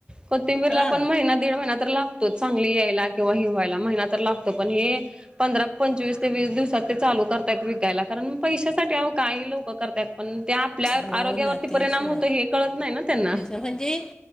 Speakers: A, on the right (about 20°); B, on the left (about 15°).
A: कोथिंबीरला
B: हां
A: पण महिना दीड महिना तर लागतोच, चांगली यायला किंवा हिरवा यला महिना तर लागतो, पण हे पंधरा, पंचवीस ते वीस दिवसात ते चालू करतायत विकायला, कारण पैशासाठी अहो काही लोक करत्यात. पण ते आपल्या
B: हो
A: आरोग्यावरती
B: ना तेच
A: परिणाम
B: ना
A: होतो हे कळत नाही ना त्यांना.
B: तेच म्हणजे